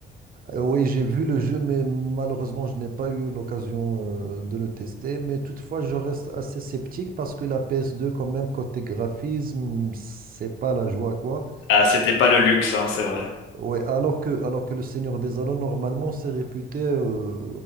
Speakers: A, on the right (about 45°); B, on the left (about 80°).
A: euh, Oui, j'ai vu le jeu, mais malheureusement, je n'ai pas eu l'occasion euh, de le tester. Mais toutefois, je reste assez sceptique parce que la PS2, quand même, côté graphisme, c'est pas la joie, quoi.
B: Ah, c'était pas le luxe, hein, c'est vrai.
A: Ouais, alors que, alors que le Seigneur des Anneaux, normalement, c'est réputé euh,